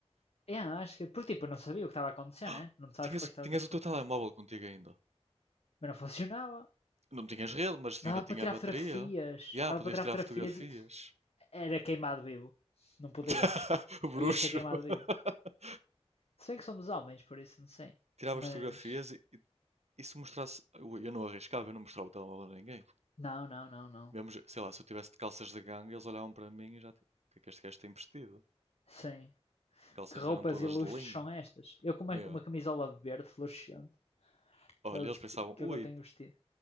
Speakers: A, on the left; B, on the right.
A: É, acho que... Porque, tipo, eu não sabia o que estava a acontecer,
B: <gasps>
A: né? Não sabes
B: Tinhas,
A: que foste
B: o-
A: teletransportado.
B: tinhas o teu telemóvel contigo ainda.
A: Mas não funcionava.
B: Não tinhas rede, mas
A: Dava
B: ainda tinha
A: para tirar
B: bateria.
A: fotografias.
B: E ah,
A: Dava
B: podias
A: para tirar
B: tirar
A: fotografias
B: fotografias.
A: Era queimado vivo. Não podias.
B: <laughs> o Bruxo.
A: Ia ser queimado vivo.
B: <laughs>
A: Se bem que somos homens, por isso não sei.
B: Tirava
A: Mas.
B: as fotografias e, e se mostrasse. Eu eu não arriscava, eu não mostrava o telemóvel a ninguém.
A: Não, não, não, não.
B: Mesmo, sei lá, se eu tivesse de calças de gangue, eles olhavam para mim e já tipo, o que é que este gajo tem vestido?
A: Sim.
B: as Calças
A: Que roupas
B: eram todas
A: ilustres
B: de linho.
A: são estas? Eu com uma,
B: Yeah.
A: uma camisola verde fluorescente.
B: Olha,
A: Eles
B: eles pensavam,
A: que, que
B: ui,
A: eu tenho vestido.